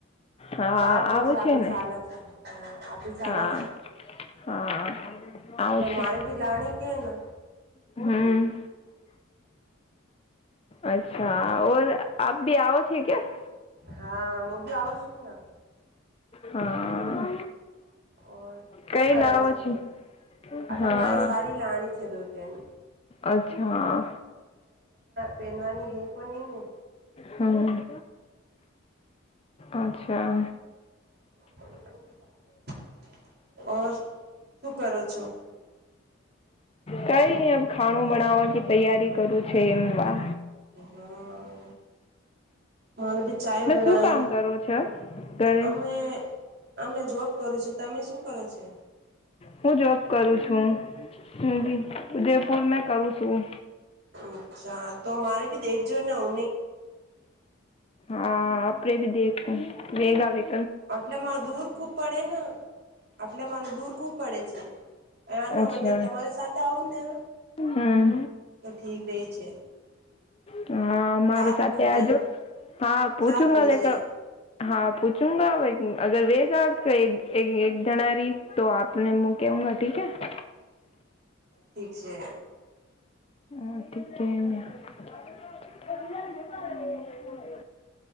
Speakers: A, on the left (about 30°); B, on the right (about 50°).
A: હા
B: તો આજો
A: આવું
B: છે આપી
A: ને
B: હાલ છે હ આપી ચાલે
A: હા
B: છે,
A: હા આવું
B: રે
A: છે
B: મારે બી લાણી. કિહે ના.
A: હમ અચ્છા, ઔર આપ ભી આઓ છે ક્યા?
B: હા, મુું બી આવું છું ન!
A: હા.
B: ઓર હું
A: કઈ
B: કરા
A: લાવો
B: છે
A: છી?
B: તમે એટલે
A: હા
B: મારે સાડી લાણી છે દો તન
A: અચ્છા.
B: બેનવાની હે કો ની ને.
A: હં, અચ્છા.
B: <inaudible> ઓર, શું કરો છો?
A: કઈ ની, અબ ખાણું બનાવવાકી તૈયારી કરું છેએબ હ <unintelligible>
B: હા મને ભી ચા બનાાય.
A: શું કામ કરો છો ઘરે
B: અમે જોબ કરું છે તો તમે શું કરો છે?
A: હું જોબ કરું છું હું ઉદયપુર મે કરું છું.
B: અચ્છા તો મારે ભી દેખજો ને <inaudible>
A: હા આપણેે ભી દેખું વેગા વે <inaudible>
B: એટલે મારે દૂર ખુબ પડે ને એટલે મારે દૂર ખુબ પડે છે આના
A: અચ્છા
B: <unintelligible> તમારી સાથે આવું ને?
A: હમ
B: તો ઠીક રહે છે.
A: હા મારી
B: સાત
A: સાથે
B: મિનિટ
A: આજો
B: જાય
A: હા પૂછું
B: સાત
A: મા
B: વી
A: <unintelligible>
B: જાય
A: હા પૂછુંંગા અગર <unintelligible> વેગ <inaudible> જણારી તો આપનેું કું <inaudible> ઠીકે.
B: ઠીક છે.
A: હ તિકે મે <unintelligible> <inaudible>